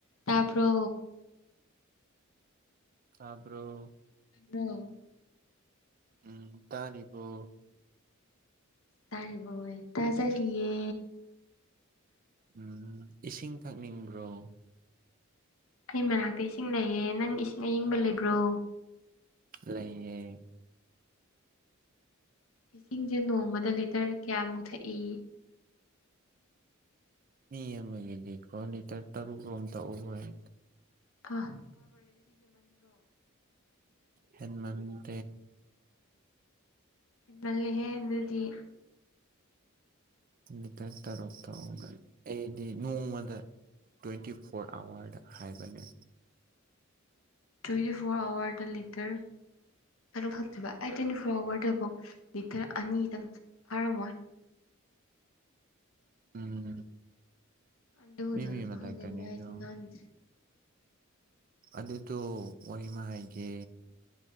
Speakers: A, on the left; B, on the right.
A: ꯇꯥꯕ꯭ꯔꯣ
B: ꯇꯥꯕ꯭ꯔꯣ
A: ꯎꯝ
B: ꯎꯝ ꯇꯥꯔꯤꯕꯣ
A: ꯇꯥꯔꯤꯕꯣꯏ ꯇꯥꯖꯔꯤꯌꯦ
B: ꯎꯝ ꯏꯁꯤꯡ ꯊꯛꯅꯤꯡꯕ꯭ꯔꯣ
A: ꯑꯩ ꯃꯅꯥꯛꯇ ꯏꯁꯤꯡ ꯂꯩꯌꯦ ꯅꯪ ꯏꯁꯤꯡ ꯑꯌꯤꯡꯕ ꯂꯩꯕ꯭ꯔꯣ
B: ꯂꯩꯌꯦ
A: ꯏꯁꯤꯡꯁꯦ ꯅꯣꯡꯃꯗ ꯂꯤꯇꯔ ꯀꯌꯥꯃꯨꯛ ꯊꯛꯏ
B: ꯃꯤ ꯑꯃꯒꯤꯗꯤꯀꯣ ꯂꯤꯇꯔ ꯇꯔꯨꯛꯔꯣꯝ ꯊꯛꯎ ꯍꯥꯏ
A: ꯑꯥ
B: ꯍꯦꯟꯃꯟꯗꯦ
A: ꯇꯜꯂꯤꯍꯦ ꯑꯗꯨꯗꯤ
B: ꯂꯤꯇꯔ ꯇꯔꯨꯛ ꯊꯛꯎ ꯑꯩꯗꯤ ꯅꯣꯡꯃꯗ ꯇ꯭ꯋꯦꯟꯇꯤ ꯐꯣꯔ ꯑꯋꯥꯔꯗ ꯍꯥꯏꯕꯅꯦ
A: ꯇ꯭ꯋꯦꯟꯇꯤ ꯐꯣꯔ ꯑꯋꯥꯔꯗ ꯂꯤꯇꯔ ꯇꯔꯨꯛ ꯊꯛꯇꯣꯏꯕ ꯑꯩꯗꯤ ꯇ꯭ꯋꯦꯟꯇꯤ ꯐꯣꯔ ꯑꯋꯥꯔꯗ ꯐꯥꯎ ꯂꯤꯇꯔ ꯑꯅꯤꯗꯪ ꯐꯥꯔꯝꯃꯣꯏ
B: ꯎꯝ
A: ꯑꯗꯨꯅꯔ
B: ꯃꯤ ꯃꯤ
A: ꯈꯪꯗꯦ
B: ꯃꯊꯛꯇꯅꯤꯗꯣ
A: ꯃꯥꯏꯖꯦ ꯅꯥꯟꯗ꯭ꯔꯤ
B: ꯑꯗꯨꯗꯣ ꯋꯥꯔꯤꯃ ꯍꯥꯏꯒꯦ